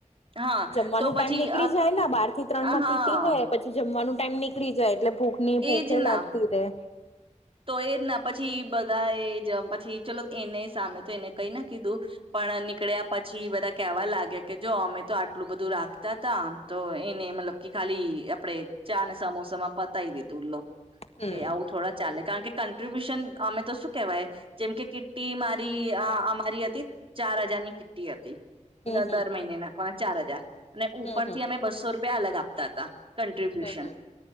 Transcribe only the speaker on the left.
જમવાનું
ટાઈમ નીકળી જાય બાર થી ત્રણ
માં
કીટી હોય પછી જમવાનું ટાઈમ નીકળી જાય એટલે ભૂખ ની
ભૂખે
લાગતી રહેે <inaudible>
હમ
હમ
હમ
હમ
હમ હમ
હમ હમ.